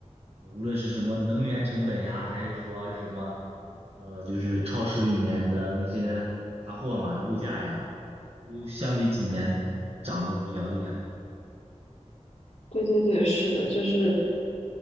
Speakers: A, on the right; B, on the left.
A: 呃，无论是什么能源成本呀，还是说是什么，呃，就是超市里面的那些杂货嘛，物价呀，都相比几年涨得比较厉害。
B: 对对对，是的，就是